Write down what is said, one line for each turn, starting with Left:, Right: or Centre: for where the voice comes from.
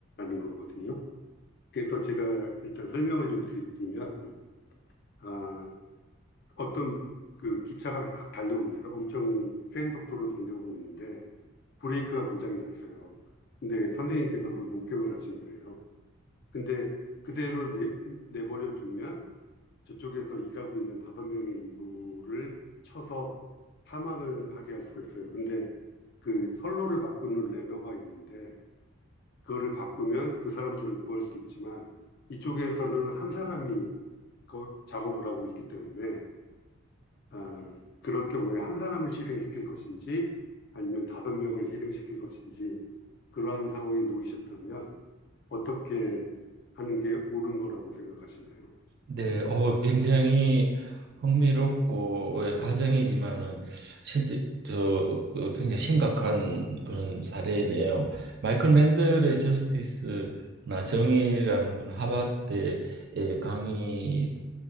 Left: 거거든요. 그래서 제가 일단 설명을 좀 드리면, 아, 어떤 그 기차가 막 달려오고 있어요. 엄청 센 속도로 달려오고 있는데, 브레이크가 고장이 났어요. 근데 선생님께서 그걸 목격을 하신 거예요. 근데 그대로 내, 내버려 두면 저쪽에서 일하고 있는 다섯 명의 인부를 쳐서 사망을 하게 할 수가 있어요. 근데 그 선로를 바꾸는 레버가 있는데 그거를 바꾸면 그 사람들을 구할 수 있지만 이쪽에서는 한 사람이 그 작업을 하고 있기 때문에 어, 그럴 경우에 한 사람을 희생시킬 것인지 아니면 다섯 명을 희생시킬 것인지 그러한 상황에 놓이셨다면 어떻게 하는 게 옳은 거라고 생각하시나요?
Right: 네, 어, 굉장히 흥미롭고 어, 예, 가정이지만은 실제 저 어, 굉장히 심각한 그런 사례네요. 마이클 맨델의 저스티스나 정의라는 건 하버드의 강의